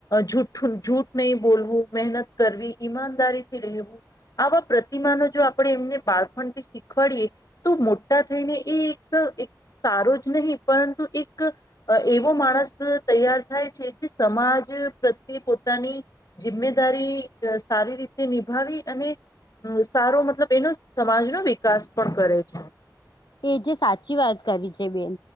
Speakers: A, on the left (about 55°); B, on the left (about 90°).
A: ઝુઠું ઝુઠ નહીં બોલવું મહેનત કરવી ઈમાનદારી થી રહેવું. આવા પ્રતિમાનો જો આપણે એમને બાળપણથી શીખવાડીએ તો મોટા થઈને એક એક સારો જ નહીં પરંતુ એક એવો માણસ તૈયાર થાય છે કે સમાજ પ્રત્યે પોતાની જિમ્મેદારી સારી રીતે નિભાવી અને અ સારો મતલબ એનો સમાજ નો વિકાસ પણ કરે છે.
B: એ જે સાચી વાત કરી છે બેન.